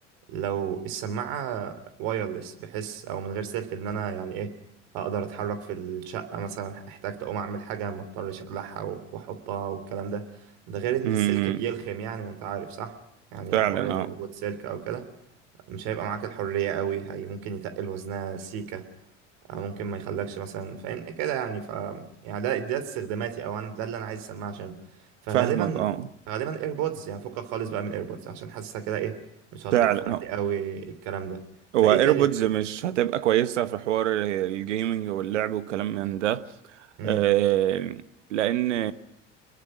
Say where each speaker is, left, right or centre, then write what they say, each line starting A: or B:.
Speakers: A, on the right (about 65°); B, on the right (about 75°).
A: لو السماعة وايرلس بحس او من غير سلك ان انا يعني ايه اقدر اتحرك في الشقة مثلا احتاجت اقوم اعمل حاجة ما اضطرش اقلعها و- واحطها والكلام ده ده غير ان
B: مم.
A: السلك بيلخم يعني وانت عارف صح يعني
B: فعلا
A: حوار
B: اه
A: وجود سلك او كده مش هيبقى معاك الحرية قوي هي ممكن يتقل وزنها سيكة آه، ممكن ما يخلكش مثلا فاهم كده يعني ف يعني ده ده استخداماتي او انا ده اللي انا عايز اسمعها عشان فغالبا
B: فاهمك اه
A: غالبا ايربودز يعني فكك خالص بقى من ايربودز عشان حاسسها كده ايه مش هتوفر
B: فعلا اه
A: لي قوي الكلام ده فايه
B: هو ايربودز
A: تاني غير-
B: مش هتبقى كويسة في حوار الجيمنج واللعب والكلام من ده
A: مم.
B: آه، لان